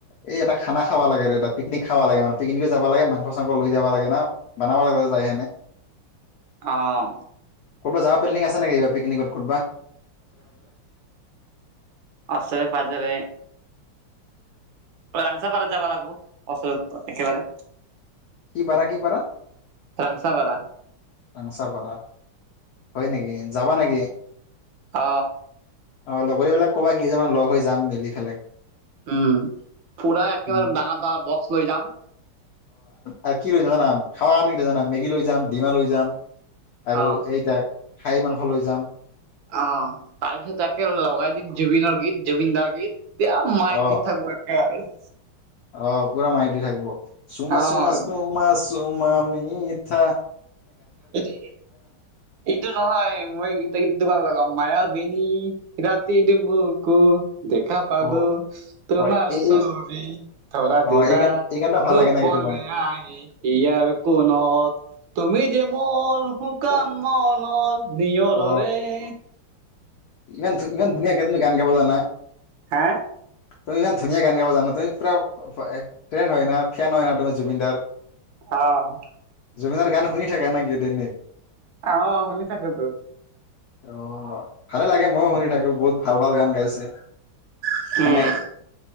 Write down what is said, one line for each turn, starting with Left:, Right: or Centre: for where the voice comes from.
Left: এই এটা খানা খাব লাগে আৰু এটা পিকনিক খাব লাগে মানে পিকনিকে যাব লাগে মাংস চাংস লৈ যাব লাগে ন বনাব লাগে যায় কিনে।
Right: অ'
Left: কৰবাত যাব প্লেনিং আছে নেকি এইবাৰ। পিকনিকত ক'বা।
Right: অশৰে পাজৰে। অং চাপাৰত যাবা লাগিব। অচত একেবাৰে।
Left: কি পাৰা কি পাৰা।
Right: ৰাংচাপাৰা
Left: ৰাংচাপাৰা হয় নেকি যাবা নেকি?
Right: অ
Left: অ লগৰীবলাক কবা কেইজনমান লগ হৈ যাম মেলি পেলাই?
Right: উম পুৰা একেবাৰে
Left: উম।
Right: ডাঙৰ ডাঙৰ বক্স। লৈ যাম।
Left: অ কি লৈ যাম জানা খাৱ কাৰণে কি জানা মেগী লৈ যাম ডিমা লৈ যাম। আৰু
Right: অ'
Left: এইটাক। খাহী মাংস লৈ যাম।
Right: অ' তাৰপিছত তাকে লগাই দিম জুবিনৰ। গীত জুবিন দাৰ গীত। এতিয়া মাই
Left: অ।
Right: দি থাকিব একেবাৰে। উ
Left: অ' পূৰা মাই দি থাকিব চুমছ
Right: অ'
Left: চুমছ চমাছ <inaudible> চুমা মি থা
Right: এইটো এইটো নহয় মইটেই দোকান লগাম মায়া বেনী <inaudible> ৰাতি নি্বু ক দেখা পালো
Left: অ
Right: তোমাৰ
Left: হয় এই
Right: চবি
Left: এই
Right: ধৰা
Left: অ
Right: দিলা।
Left: এই গান এই গানটা ভাল
Right: গোপনে
Left: লাগে নেকি তোমাক
Right: আহি ইয়াৰ কোনত তুমি যে অ' শুকান মনৰ নিয়
Left: অ
Right: নৰে <inaudible>
Left: ইমান ইমান ধুনীয়াকে তুমি গান গাব জানা।
Right: হা
Left: তুমি ইমান ধুনীয়া গান গাব জানা তুমি পুৰা ফ্ৰেণ্ড হয় ন ফেন হয় না তুমি জুবিনদাৰ।
Right: অ'
Left: জুবিনৰ গান শুনি থাকে নেকি এ তেনেই।
Right: আহ শুনি থাকোঁ‌তো।
Left: অ' ভালে লাগে ময়ো শুনি থাকো বহুত ভাল ভাল গান গাইছে।
Right: উম
Left: মানে